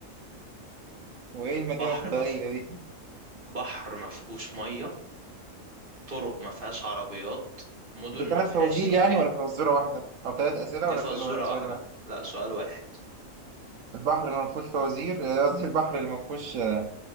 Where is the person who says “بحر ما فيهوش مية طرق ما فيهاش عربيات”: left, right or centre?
Right